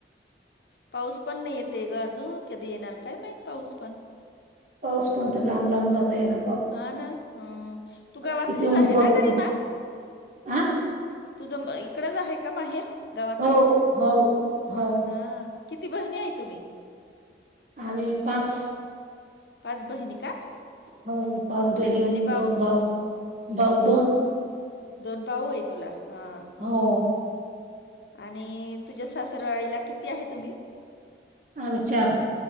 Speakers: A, on the left (about 70°); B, on the right (about 45°).
A: पाऊस पण नाही येते ग अजून कधी येणार काय माही पाऊस पण
B: पाऊस पण तर लांब लांब जाता ये ना
A: हा ना हा तू गावातलीच
B: किती ऊन
A: आहे
B: पडतं
A: ना गरीमा
B: आ
A: तुझं इकडच आहे का माहेर गावातच
B: हो हो हो
A: हा किती बहिणी आहे तुम्ही
B: आम्ही पाच
A: पाच बहिणी का
B: होय पाच
A: हा,
B: बहीण
A: आणि
B: दोन भाऊ भाऊ दोन
A: दोन भाऊ आहे तुला हा
B: हो
A: आणि तुझ्या सासरवाडीला किती आहे तुम्ही
B: आम्ही चार